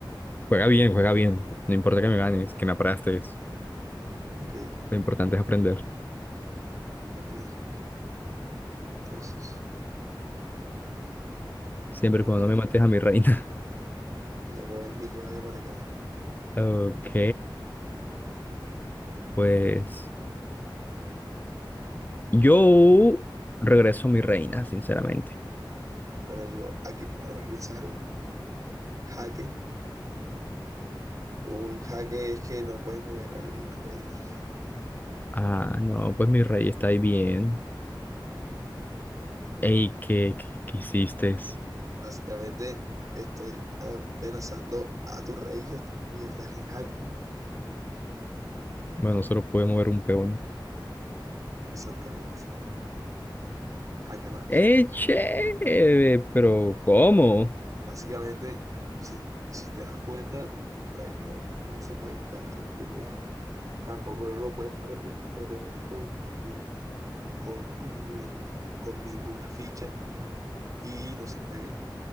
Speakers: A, on the left; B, on the right.
A: Juega bien, juega bien. No importa que me ganes, que me aplastes.
B: Ok,
A: Lo importante es aprender.
B: ok. Entonces,
A: Siempre
B: voy
A: y
B: a
A: cuando
B: ver.
A: no me mates a mi reina. <laughs>
B: Voy a mover mi caballo para acá.
A: Ok, pues yo regreso a mi reina, sinceramente.
B: Bueno, yo aquí puedo realizar un jaque. Un jaque es que no puedes mover al rey.
A: Ah, no, pues mi rey está ahí bien. Ey, ¿qué, qué, qué hiciste?
B: Básicamente, estoy amenazando a tu rey y est- y estás en jaque.
A: Bueno, solo puede mover un peón.
B: Exactamente. Jaque mate.
A: ¡Eh, chévere! Pero, ¿cómo?
B: Básicamente, si, si te das cuenta, tu rey no, no se puede ir para ningún lado. Tampoco no lo puedes prote- proteger con, nin- con, nin- con ninguna ficha y no se puede